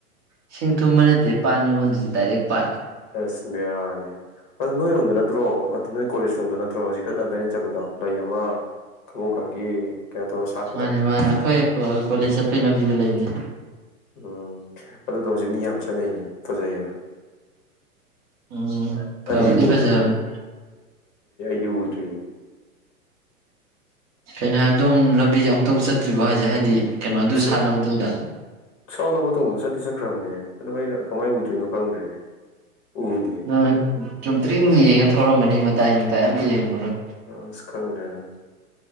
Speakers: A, on the right (about 20°); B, on the left (about 30°).
A: ꯏꯁꯤꯡ ꯊꯨꯝꯕ ꯅꯠꯇꯦ ꯄꯥꯠꯅꯦ ꯑꯣꯟꯗꯨꯏꯖꯦ ꯗꯗꯥꯏꯔꯦꯛ ꯄꯥꯠ
B: ꯑꯁ ꯕꯦꯔꯥꯅꯤꯍꯦ ꯑꯗꯨ ꯅꯣꯏ ꯔꯣꯟꯗ ꯅꯠꯇ꯭ꯔꯣ ꯅꯣꯏ ꯀꯣꯂꯦꯖ ꯔꯣꯝꯗ ꯅꯠꯇ꯭ꯔꯣ ꯍꯧꯖꯤꯛ ꯀꯟꯅ ꯚꯏꯔꯦꯜ ꯆꯠꯄꯗꯣ ꯂꯩ ꯑꯃ ꯀꯕꯣꯀꯪꯒꯤ ꯀꯩꯅꯣ ꯇꯧꯔ ꯁꯥꯠꯄꯗꯣ
A: ꯃꯥꯅꯦ ꯃꯥꯅꯦ ꯑꯩꯈꯣꯏ ꯀꯣꯂꯦꯖ ꯆꯠꯄꯩ ꯂꯝꯕꯤꯗ ꯂꯩꯕꯅꯦ
B: ꯎꯝ ꯑꯗꯨꯗꯣ ꯍꯧꯖꯤꯛ ꯃꯤ ꯌꯥꯝ ꯆꯠꯅꯩꯅꯦ ꯐꯖꯩꯌꯦꯅ
A: ꯎꯝ ꯐꯕꯨꯗꯤ
B: ꯑꯩꯗꯤ ꯎꯗ꯭ꯔꯤꯌꯦ
A: ꯐꯖꯕꯅꯦ
B: <unintelligible>
A: ꯀꯩꯅ ꯍꯥꯏ ꯑꯗꯣꯝ ꯂꯝꯕꯤꯁꯦ ꯑꯃꯨꯛꯇ ꯆꯠꯇ꯭ꯔꯤꯕꯣ ꯍꯥꯏꯁꯦ ꯍꯥꯏꯗꯤ ꯀꯩꯅꯣꯗꯨ
B: ꯑꯁ
A: ꯁꯥꯠꯂ ꯃꯇꯨꯡꯗ
B: ꯁꯥꯠꯂꯕ ꯃꯇꯨꯡꯗꯣ ꯆꯠꯇꯤ ꯆꯠꯈ꯭ꯔꯕꯅꯦ ꯑꯗꯣ ꯑꯩꯅ ꯀꯃꯥꯏꯅ ꯎꯗ꯭ꯔꯤꯅꯣ ꯈꯪꯗ꯭ꯔꯦ ꯎꯗꯤꯌꯦ
A: ꯅꯪ ꯆꯨꯝꯇ꯭ꯔꯤꯡ ꯌꯦꯡꯉ ꯊꯧꯔꯝꯃꯅꯤ ꯇꯥꯏ ꯃꯇꯥꯏ ꯑꯝꯇ ꯌꯦꯡꯉꯝꯃꯔꯣꯏ
B: ꯑꯁ ꯈꯪꯗ꯭ꯔꯦꯗ